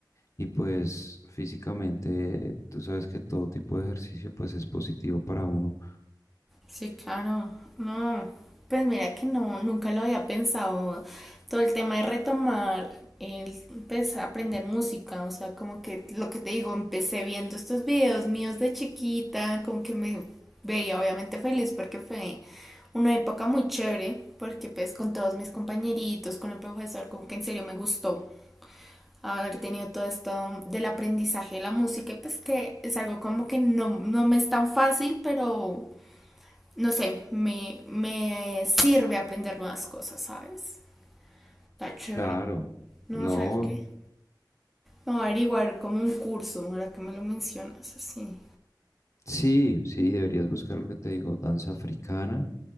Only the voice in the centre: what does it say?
Sí, claro. No, pues mira que no, nunca lo había pensado. Todo el tema de retomar, el, pues aprender música, o sea, como que lo que te digo, empecé viendo estos videos míos de chiquita, como que me veía obviamente feliz porque fue una época muy chévere, porque pues con todos mis compañeritos, con el profesor, como que en serio me gustó haber tenido todo esto del aprendizaje de la música, y pues que es algo como que no, no me es tan fácil, pero no sé, me, me sirve aprender nuevas cosas, ¿sabes? Está chévere.
No,
¿sabes qué? no averiguar como un curso, ahora que me lo mencionas, así.